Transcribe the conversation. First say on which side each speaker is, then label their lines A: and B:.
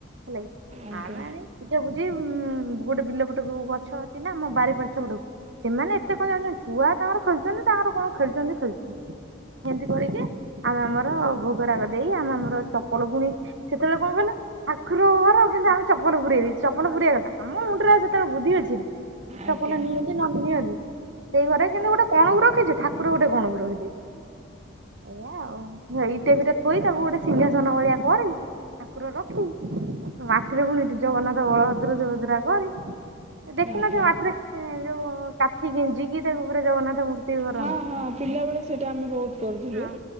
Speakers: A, on the right; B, on the right.
A: ହେଲା
B: ଆଜ୍ଞା
A: କିି। <unintelligible> ଜି ଗୋଟେ ବିଲ ପଟକୁ ଗଛ ଅଛି ନା ଆମ ବାରିପଛ ପଟକୁ, ସେମାନେ ଏତେ କଣ ଜାଣିଚନ୍ତି। ଛୁଆ ତାଙ୍କର ଖେଳୁଚନ୍ତି ତାଙ୍କର କଣ ଖେଳୁଚନ୍ତି ଖେଳୁଚନ୍ତି ଏମିତି କରିକି ଆମେ ଆମର ଭୋଗରାଗ ଦେଇ ଆମେ ଆମର ଚପଲ ପୁଣି ସେତେବେଳେ କଣ କହିଲ ଠାକୁରଘର କିନ୍ତୁ ଆମେ ଚପଲ ପୁରେଇ ଦେଇ ଚପଲ ପୁରେଇବା କଥା ଆମ ମୁଣ୍ଡରେଉ ସେତେବେଳେ ବୁଦ୍ଧି ଅଛି ନା।
B: ଆଜ୍ଞା
A: ଚପଲ ନିଅନ୍ତି ନନିଅବି। ସେଇ ଘରେ କିନ୍ତୁ ଗୋଟେ କଣକୁ ରଖିଛୁ। ଠାକୁର ଗୋଟେ କଣକୁ ରଖିଦେଇ। ଏଇଆ ଆଉ ଇଟା ଫିଟା ଥୋଇ ତାକୁ ଗୋଟେ ସିଂହାସନ ଭଳିଆ କରି ଠାକୁର ରଖି ମାଟିରେ ପୁଣି ଜଗନ୍ନାଥ, ବଳଭଦ୍ର, ସୁଭଦ୍ରା କରି। ଦେଖିନଥିବ
B: ଆଜ୍ଞା
A: ମାଟିରେ ଯୋଉ କାଠି ଗେଞ୍ଜିକି ତାକୁ ପୁରା ଜଗନ୍ନାଥ ମୂର୍ତ୍ତି କରନ୍ତି।
B: ହଁ ହଁ ପିଲାବେଳେ ସେଇଟା ଆମେ ବହୁତ କରୁଥୁଲୁ
A: ହଁ।